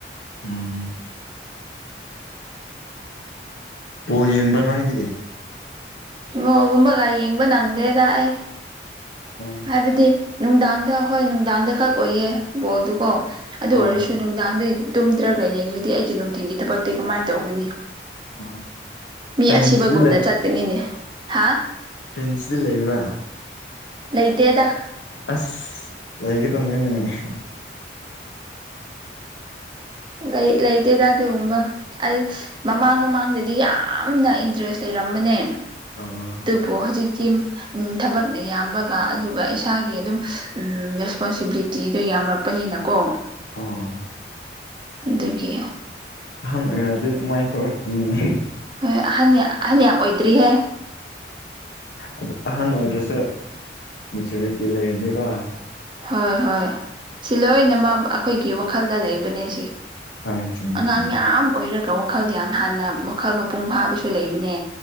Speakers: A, on the left; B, on the right.
A: ꯎꯝ ꯄꯣ ꯌꯦꯡꯕ ꯅꯪꯗ꯭ꯔꯤ
B: ꯍꯒꯣꯜꯒꯨꯝꯕꯒ ꯌꯦꯡꯕ ꯅꯪꯗꯦꯗ ꯑꯩ
A: ꯎꯝ
B: ꯍꯥꯏꯕꯗꯤ ꯅꯨꯡꯗꯥꯡꯗ ꯍꯣꯏ ꯅꯨꯡꯗꯥꯡꯗ ꯈꯛ ꯑꯣꯏꯌꯦ ꯕꯣꯜꯗꯨꯀꯣ ꯑꯗꯨ
A: ꯑꯣ
B: ꯑꯣꯏꯔꯁꯨ ꯅꯨꯡꯗꯥꯡꯗ ꯇꯨꯝꯗ꯭ꯔꯒ ꯌꯦꯡꯉꯗꯤ ꯑꯩꯒꯤ ꯅꯨꯡꯊꯤꯟꯒꯤ ꯊꯕꯛꯇꯤ ꯀꯃꯥꯏꯅ ꯇꯧꯒꯅꯤ
A: ꯑꯣ
B: ꯃꯤ
A: ꯐꯦꯟꯁꯇꯤ
B: ꯑꯁꯤꯕꯒꯨꯝꯅ ꯆꯠꯀꯅꯤꯅꯦ ꯍꯥ
A: ꯐ꯭ꯔꯦꯟꯁꯇꯤ ꯂꯩꯕ꯭ꯔꯥ
B: ꯂꯩꯇꯦꯗ
A: ꯑꯁ ꯂꯩꯒꯗꯕꯅꯤꯅꯦꯍꯦ
B: ꯂꯩ ꯂꯩꯇꯦꯗ ꯑꯗꯨꯒꯨꯝꯕ ꯑꯩ ꯃꯃꯥꯡ ꯃꯃꯥꯡꯗꯗꯤ ꯌꯥꯝꯅ ꯏꯟꯇꯔꯦꯁ ꯂꯩꯔꯝꯕꯅꯦ
A: ꯑꯣ
B: ꯑꯣ ꯍꯧꯖꯤꯛꯇꯤ ꯎꯝ ꯊꯕꯛꯅ ꯌꯥꯝꯕꯒ ꯑꯗꯨꯒ ꯏꯁꯥꯒꯤ ꯑꯗꯨꯝ ꯎꯝ ꯔꯦꯁꯄꯣꯟꯁꯤꯕꯤꯂꯤꯇꯤꯗꯣ ꯌꯥꯝꯔꯛꯄ ꯄꯅꯤꯅꯀꯣ
A: ꯑꫭ
B: ꯑꯗꯨꯒꯤ
A: ꯑꯍꯟ ꯑꯣꯏꯔꯛꯑꯗꯤ ꯑꯗꯨꯃꯥꯏꯅ ꯇꯧꯔꯛꯄꯅꯤꯅꯦ
B: ꯍꯣꯏ ꯑꯍꯟꯅꯦ ꯑꯍꯟ ꯌꯥꯝ ꯑꯣꯏꯗ꯭ꯔꯤꯍꯦ
A: ꯑꯗꯨ ꯑꯍꯟ ꯑꯣꯏꯔꯗ꯭ꯔꯁꯨ ꯃꯦꯆꯨꯔꯤꯇꯤ ꯂꯩꯔꯗꯤꯀꯣ
B: ꯍꯣꯏ ꯍꯣꯏ ꯁꯤ ꯂꯣꯏꯅꯃꯛ ꯑꯩꯈꯣꯏꯒꯤ ꯋꯥꯈꯜꯗ ꯂꯩꯕꯅꯦ ꯁꯤ
A: ꯍꯣꯏ ꯆꯨꯝꯃꯦ
B: ꯑꯉꯥꯡ
A: ꯆꯨꯝꯃꯦ
B: ꯌꯥꯝ ꯑꯣꯏꯔꯒ ꯋꯥꯈꯜꯗꯤ ꯌꯥꯝ ꯍꯥꯟꯅ ꯋꯥꯈꯜ ꯃꯄꯨꯡ ꯐꯥꯕꯁꯨ ꯂꯩꯕꯅꯦ